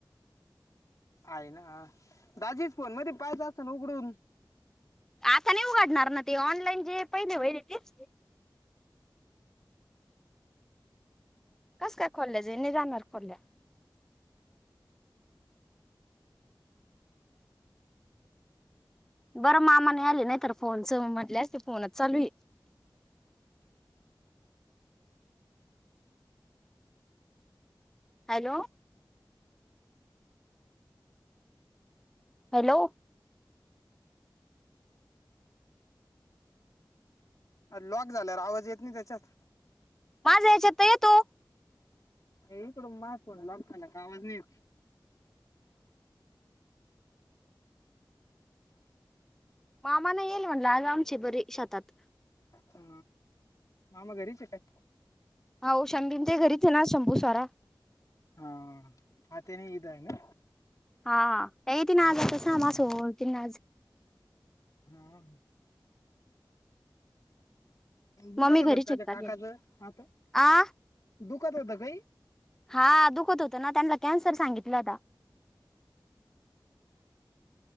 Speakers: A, on the left; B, in the centre.
A: आहे ना दाजीच फोन मध्ये पायज असत ना उघडून
B: आता नाही उघडणार ना ते ऑनलाईन जे पहिले होईल तेच कस का खोले नही जाणार खोल्य बरं मामाने आले नाही तर फोनच म्हटले ते फोनच चालू आहे <unintelligible> हॅलो हॅलो
A: लॉक झाल्यावर आवाज येत नाही त्याच्यात
B: माझ्या ह्याच्यात तर येतो
A: इकड माणसाचा लगताना का आवाज नाहीेत
B: मामा नाही येईल <inaudible>
A: हा मामा घरीच काय
B: हो शंभीमच्या घरीच ना शंभू स्वारा
A: हा आत्याने ईद आहे ना
B: हा का त ना आज तस आ माझं होती नाज
A: हम दुख
B: मम्मी
A: होतं
B: घरीच
A: का
B: आहेत
A: त्या काकाचं हात
B: आ
A: दुखात होतं काही
B: हा दुखत होत ना त्यांना कॅन्सर सांगितलं होता